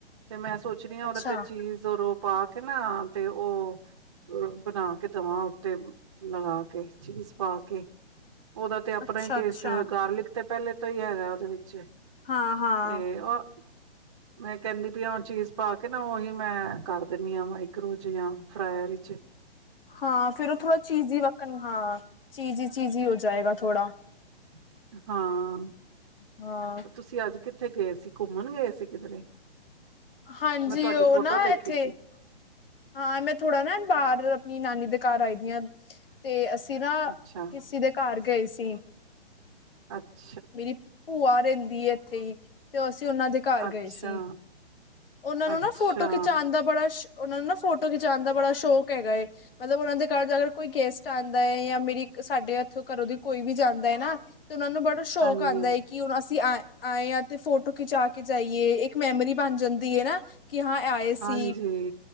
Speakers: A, on the right; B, on the left.
A: ਤੇ ਮੈਂ ਸੋਚ ਰਈ ਆਂ,
B: ਅੱਛਾ
A: ੳਰੇ ਤੇ ਚੀਜ਼ ਔਰ ੳ ਪਾ ਕੇ ਨਾ ਤੇ ੳਹ ਅ ਬਣਾ ਕੇ ਦਵਾਂ ਉਤੇ ਲਗਾ ਕੇ ਚੀਜ਼ ਪਾ ਕੇ ੳਦਾ ਤੇ ਅਪਨਾ
B: ਅੱਛਾ
A: ਈ ਟੇਸਟ
B: ਅੱਛਾ
A: ਗਾਰਲਿਕ ਤੇ ਪੈਲੇ ਤੋਂ ਹੀ ਹੈਗਾ ੳਦੇ ਵਿੱਚ ਤੇ
B: ਹਾਂ ਹਾਂ
A: ਉਹ ਮੈਂ ਕੈਂਦੀ ਪਈ ਆ ਚੀਜ਼ ਪਾ ਕੇ ਨਾ ੳਹੀ ਮੈਂ ਕਰ ਦੇਂਨੀ ਆ, ਮਾਇਕਰੋ ਚ ਜਾਂ ਫਰਾਏਯਰ ਚ।
B: ਹਾਂ ਫਿਰ ੳਹ ਥੋੜਾ ਚੀਜੀ਼ ਹ ਵਕਣ ਹਾਂ ਚੀਜ਼ੀ-ਚੀਜ਼ੀ ਹੋ ਜਾਏਗਾ ਥੋੜਾ।
A: ਹਾਂ।
B: ਹਾਂ।
A: ਤੁਸੀ ਅੱਜ ਕਿੱਥੇ ਗਏ ਸੀ, ਘੁੰਮਣ ਗਏ ਸੀ ਕਿਧਰੇ?
B: ਹਾਂਜੀ
A: ਮੈਂ ਤੁਹਾਡੀ
B: ਉਹ
A: ਫੋਟੋ
B: ਨਾ
A: ਦੇਖੀ
B: ਇੱਥੇ
A: ਸੀ।
B: ਹਾਂ ਮੈਂ ਥੋੜਾ ਨਾ ਬਾਹਰ ਅਪਨੀ ਨਾਨੀ ਦੇ ਘਰ ਆਈ ਦੀ ਆਂ। ਤੇ ਅਸੀ ਨਾ
A: ਅੱਛਾ
B: ਕਿਸੀ ਦੇ ਘਰ ਗਏ ਸੀ
A: ਅੱਛ
B: ਮੇਰੀ ਭੂਆ ਰੇਂਦੀ ਏ ਏਥੇ ਈ ਤੇ ਅਸੀ ੳਨਾਂ ਦੇ ਘਰ
A: ਅੱਛਾ
B: ਗਏ ਸੀ। ੳਨਾਂ ਨੂੰ
A: ਅੱਛਾ
B: ਨਾ ਫੋਟੋ ਖਿਚਾਣ ਦਾ ਬੜਾ ਉਹਨਾਂ ਨੂੰ ਨਾ ਫੋਟੋ ਖਿਚਾਣ ਦਾ ਬੜਾ ਸ਼ੌਕ ਹੈਗਾ ਏ। ਮਤਲਬ ੳਨਾਂ ਦੇ ਘਰ ਅਗਰ ਕੋਈ ਗੈਸਟ ਆਦਾ ਏ, ਯਾ ਮੇਰੀ ਸਾਡੇ ਏਥੋ ਘਰੋਂ ਦੀ ਕੋਈ ਵੀ ਜਾਂਦਾ ਐ ਨਾ ਤੇ ੳਨਾਂ ਨੂੰ ਬੜਾ ਸ਼ੌਕ
A: ਹਾਂਜੀ
B: ਆਂਦਾ ਐ, ਕਿ ਹੁਨ ਅਸੀ ਆਏ ਆਂਏ ਆ ਤੇ ਫੋਟੋ ਖਿਚਾ ਕੇ ਜਾਈਏ, ਇੱਕ ਮੈਮਰੀ ਬਣ ਜਂਦੀ ਐ ਨਾ। ਕਿ ਹਾਂ ਏ ਆਏ
A: ਹਾਂਜੀ
B: ਸੀ,